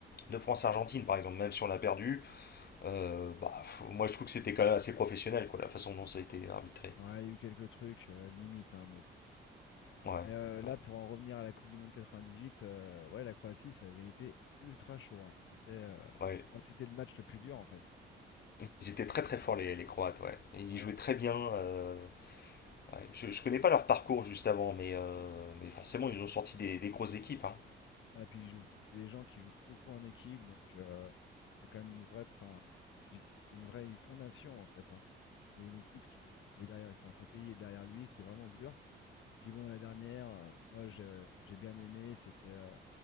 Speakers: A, on the left; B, on the left.
A: de France-Argentine, par exemple, même si on l'a perdu. Euh, bah, faut- moi, je trouve que c'était quand même assez professionnel, quoi, la façon dont ça a été arbitré.
B: ouais, il y a eu quelques trucs, euh, limite, hein, mais bon.
A: Ouais,
B: Mais euh,
A: mais
B: là,
A: bon.
B: pour en revenir à la Coupe du Monde 98, euh, ouais, la Croatie, ça avait été ultra chaud. hein. C'était euh,
A: Ouais,
B: ah, c'était le match le plus dur, en fait.
A: ils étaient très très forts les, les Croates, ouais. Ils
B: Ouais.
A: jouaient très bien. euh, ouais. Je, je connais pas leur parcours juste avant, mais, euh, mais forcément ils ont sorti des, des grosses équipes. hein.
B: Ah, puis ils jouent- c'est des gens qui jouent beaucoup en équipe, donc euh, il y a quand même une vraie, enfin, il- c'est une vraie fondation, en fait. hein. C'est une équipe qui, qui est derrière, enfin, son pays est derrière lui, c'était vraiment dur. Puis bon, la dernière, euh, moi, je- j'ai bien aimé, c'était euh,